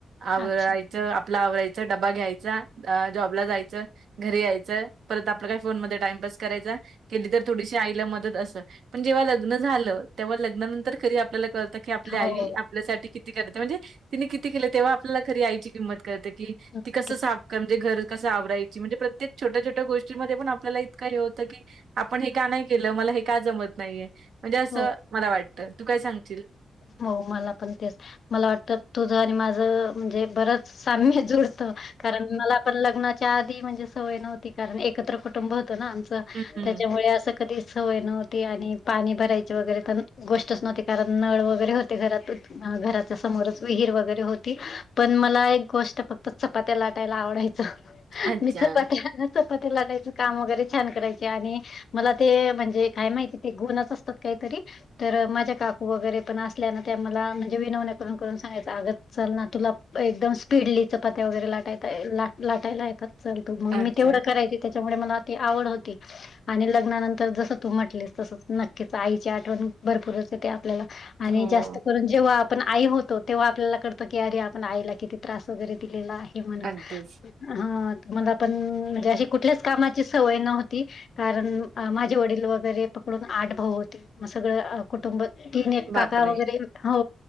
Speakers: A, on the right; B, on the left.
A: आवराय
B: अच्छा
A: चं आपला आवरायचं डबा घ्यायचा, अ जॉबला जायचं घरी यायचं. परत आपल्या काय फोन मध्ये टाइमपास करायचा केली तर थोडीशी आईला मदत अस. पण जेव्हा लग्न झालं तेव्हा लग्नानंतर खरी आपल्याला कळतं की आपली
B: हो,
A: आई
B: हो
A: आपल्यासाठी किती करते म्हणजे तिने किती केलं तेव्हा आपल्याला खरी आईची किंमत कळते कि
B: नक्कीच
A: ती कस साफ म्हणजे घर कसं आवरायची म्हणजे प्रत्येक छोट्या छोे ट्या गोष्टीमध्ये पण आपल्याला इतकां हे होतं की आपण हे का नाही केलं, मला हे का जमत नाहीय. म्हणजे असं
B: हो.
A: मला वाटतं तू काय सांगशील.
B: हो मला पण तेच, मला वाटतं तुझ आणि माझं म्हणजे बरंच साम्य जुड त कारण मला पण लग्नाच्या आधी म्हणजे सवय नव्हती कारण एकत्र कुट टंब होत ना आमच
A: हं, हं.
B: त्याच्यामुळे अस कधी सवय नव्हती आणि पाणी भरायची वगैरे त गोष्टच नव्हती कारण नळ वैगरे होते घरात. अ घराच्या समोरच विहीर वगैरे होती, पण मला एक गोष्ट फक्त चपात्या लाटायला आवडाय स <unintelligible>
A: अच्छा,
B: मी चपात्या, चपात्या लाटायचं काम वगैरे, छान करायची आणि मला ते म्हणजे काय माहिती ते गुंनच असतात काहीतरी, तर माज्या काकू वगैरे पण असल्याना, त्या मला म्हणजे विनवण्या करून करून सांगायच, आगं चल ना, तुला एकदम पिडली चपात्या वगैरे लाटाता यायला ला लाटायला येतात, चल तू, मंग
A: अच्छा.
B: मी तेवढं करायची, त्याच्यामुळे मला आ ती आवड होती. आणि लग्नानंतर जसं तू म्हटलीस, तसंच नक्कीच आईची आठवण, भरपूरच येते आपल्याला आणि
A: हो.
B: जास्त करून जेव्हा आपण आई होतो, तेव्हा आपल्याला कडत की, अरे आपण आईला किती त्रास वगैरे दिलेला ये. म्हणून
A: अगदीच.
B: हं मला पण, म्हणजे अशी कुठल्याच कामाची सवय नव्हती. कारण माझे वडील वगैरे पकडून, आठ भाऊ होते असं, मग सगळं कुटुंब तीन
A: बापरे!
B: काका वगैरे हो,